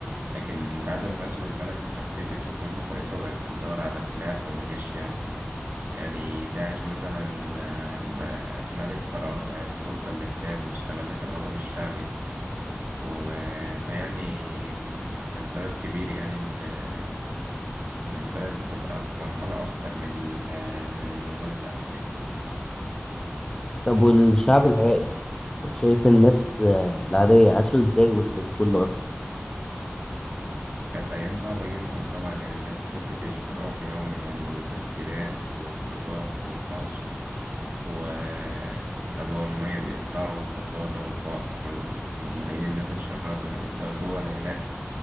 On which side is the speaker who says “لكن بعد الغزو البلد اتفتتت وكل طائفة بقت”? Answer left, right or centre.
Right